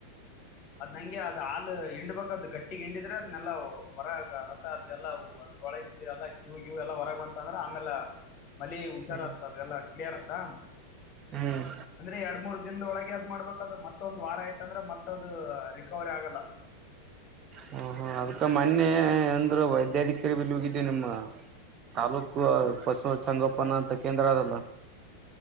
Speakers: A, on the left; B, on the right.
A: ಅದ್ ನಂಗೆ ಅ್ ಹಾಲು ಹಿಂಡ್ಬೇಕಾದ ಗಟ್ಟಿಗ್ ಹಿಂಡಿದ್ರೆ ಅದ್ನ್ನೆಲ್ಲ ಹೊರಗ ರಸ ಅ ಎಲ್ಲಾ. ಅದ್ರೊಳಗಿಂದ ಎಲ್ಲ ಕ್ಯವು ಗ್ಯೂ್ ಎಲ್ಲ ಹೊರಗೆ ಬಂತ ಅಂದ್ರೆ ಆಮೇಲ. ಮಲಿ ಹುಷಾರತ್ತ
B: ಹ್ಮ್
A: ಅದೆಲ್ಲಾ ಕ್ಲಿಯರ್ ಆತಾ.
B: ಹ್ಮ್
A: ಅಂದ್ರೆ ಎರಡ್ ಮೂರ್ ದಿನದೊಳಗೆ ಅದ್ ಮಾಡ್ಬೇಕದು ಮತ್ತೊ ಒಂದು ವಾರ ಆಯ್ತ ಅಂದ್ರೆ ಮತ್ತ ಅದು ರಿಕವರಿ ಆಗಲ್ಲ.
B: ಹಹ ಅದ್ಕ ಮೊನ್ನೆ ಅಂದ್ರ ವೈದ್ಯಾಧಿಕಾರಿ ಬೆಲ್ಲಿ ಹೋಗಿದವಿ ನಿಮ್ಮ. ತಾಲೂಕ ಪಶು ಸಂಗೋಪನಾಂತ ಕೇಂದ್ರಲ್ಲ.